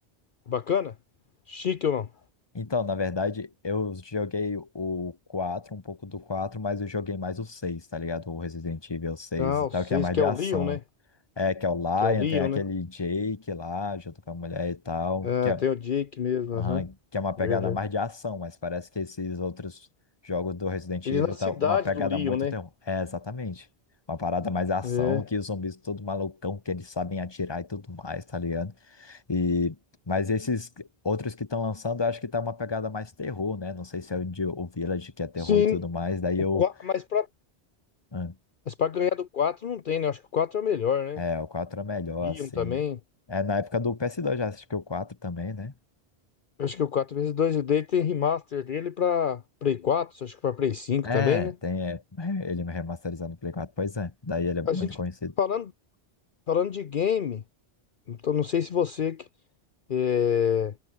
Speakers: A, on the left; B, on the left.
A: Bacana? Chique ou não?
B: Então, na verdade, eu joguei o 4, um pouco do 4, mas eu joguei mais o 6, tá ligado? O Resident Evil 6
A: Ah,
B: e tal,
A: o seis
B: que é mais
A: que
B: de
A: é
B: ação.
A: o Leon, né?
B: É, que é o Lion,
A: Que é o Leon,
B: tem aquele
A: né?
B: Jake lá, junto com a mulher e tal,
A: Ah,
B: que é,
A: tem o Jake mesmo,
B: aham,
A: aham.
B: que é uma pegada
A: Verdade.
B: mais de ação, mas parece que esses outros jogos do Resident
A: Ele
B: Evil
A: é na cidade
B: tá uma pegada
A: do Leon,
B: muito
A: né?
B: terror. É, exatamente. Uma parada mais ação,
A: É.
B: que os zumbis todo malucão, que eles sabem atirar e tudo mais, tá ligado? E, mas esses outros que estão lançando, eu acho que tá uma pegada mais terror, né? Não sei se é o, de, o Village que é terror
A: Sim,
B: e tudo mais. Daí
A: o
B: eu.
A: qua- mas pra,
B: hum,
A: mas pra ganhar do 4 não tem, né? Acho que o 4 é o melhor, né?
B: É, o 4 é melhor,
A: Leon
B: assim.
A: também.
B: É na época do ps dois já assisti que o quatro também, né?
A: Eu acho que o 4x2 dele tem remaster dele pra Play 4. acho que pra Play 5
B: É,
A: também, né?
B: tem é, ele <laughs> remasterizado no Play quatro Pois é, daí ele é muito
A: A gente
B: conhecido.
A: falando, falando de game, então não sei se você que é,